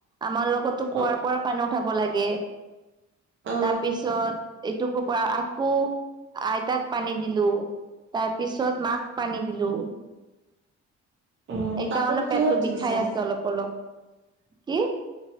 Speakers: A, on the right; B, on the right.
A: আমাৰ লগতো কুঁৱাৰ
B: অ
A: পৰা পানী উঠাব লাগে
B: অ
A: তাৰপিছত এইটো কো পৰা আ কো আইতাক পানী দিলো তাৰ পিছত মাক পানী দিলো।
B: উম
A: এইকাৰণে
B: কাপোৰ কিহত
A: পেটটো
B: ধুইছা
A: বিষাই আছে অলপ অলপ কি।